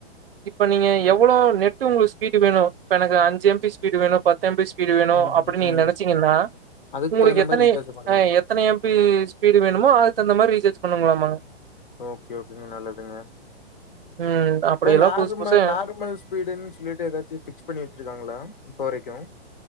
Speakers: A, on the right; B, on the left.
A: இப்ப நீங்க எவளோ நெட்டு ஒங்களுக்கு ஸ்பீடு வேணு இப்ப எனக்கு அஞ்சு எம் பி பீடு வேணு பத் து எம் பி ஸ்பீடு வேணு
B: ம்,
A: அப்படி நீங்க
B: ம்.
A: நெனைச்சீங்கன்னா
B: அதுக்கு
A: ஒங்களுக்கு
B: தகுந்த
A: எத்தனை
B: மாரி ரீசார்ஜ் பண்ணணும்.
A: ஆ எத்தன எம் பி பீடு வேணமோ அதுக் தகுந்த ரீசார்ஜ் பண்ணுங்கலாமா
B: ஓகே ஓகேங் ம் நல்லதுங்க
A: ம் அப்படியெல்லாம்
B: இப்ப நார்மல்
A: புதுசு புதுசா
B: நார்மல் ஸ்பீடுன் சொல்லிட்டு எதாச்சு ஃபிக்ஸ் பண்ணி வச்சிருக்காங்களா இப்ப வரைக்கு